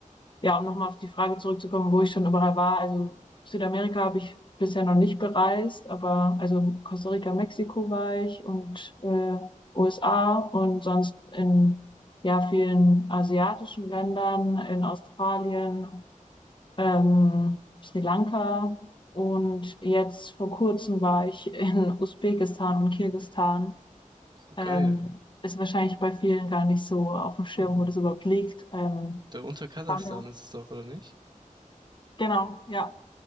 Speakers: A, on the left; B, on the right.
A: ja, um nochmal auf die Frage zurückzukommen, wo ich schon überall war. Also Südamerika habe ich bisher noch nicht bereist, aber also Costa Rica, Mexiko war ich und äh, USA und sonst in ja vielen asiatischen Ländern, in Australien ähm, Sri Lanka und jetzt vor kurzem war ich in <laughs> Usbekistan und Kirgisistan.
B: Oh,
A: Ähm,
B: geil.
A: ist wahrscheinlich bei vielen gar nicht so auf dem Schirm, wo das überhaupt liegt. Ähm,
B: Da unter Kasachstan
A: waren wir-
B: ist es doch, oder nicht?
A: genau, ja.